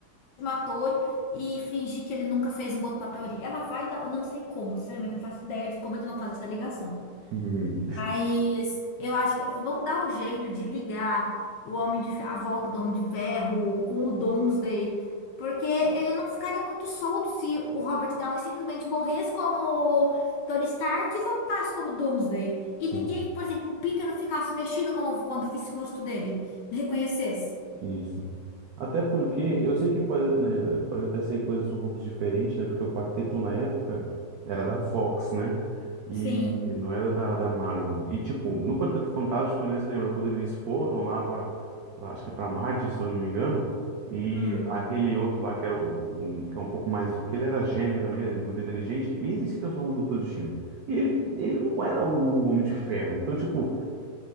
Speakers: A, on the left (about 70°); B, on the right (about 85°).
A: um ator e fingir que ele nunca fez um outro papel ali. Ela vai dar, eu não sei como, sinceramente, não faço ideia de como eles vão fazer essa ligação.
B: <laughs> Uhum.
A: Mas eu acho que eles vão dar um jeito de ligar o Homem de, Fe- a volta do Homem de Ferro com o Doomsday, porque ele não ficaria muito solto se o Robert Downey simplesmente morresse como Tony Stark e voltasse como Doomsday. E
B: Sim,
A: ninguém, por exemplo, o Peter não ficasse mexido como quando visse o rosto dele, não reconhecesse.
B: isso. Até porque eu sei que pode, né, pode até ser coisas um pouco diferentes, né? Porque o quarteto na época era da Fox, né? E
A: Sim.
B: e não era da, da Marvel. E tipo, no Quarteto Fantástico, né? Você lembra quando eles foram lá para, lá, acho que é para Marte, se eu não me engano, e
A: Hum,
B: aquele outro lá que era o- um, que é um pouco mais, que ele era gênio também, era muito inteligente, e ele se transformou no Doutor Destino. E ele, ele não era o Homem de Ferro. Então, tipo,